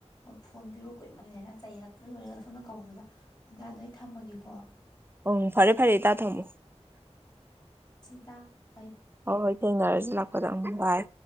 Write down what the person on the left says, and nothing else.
ꯐꯣꯟ ꯄꯤꯔꯛꯑꯣ ꯀꯨꯏꯃꯜꯂꯦꯅ ꯆꯩꯔꯛꯇ ꯂꯣꯏꯔꯦꯒ ꯁꯣꯝꯅ ꯀꯧꯕꯗ ꯏꯇꯥꯗꯣ ꯑꯩ ꯊꯝꯃꯒꯦꯀꯣ
ꯀꯨ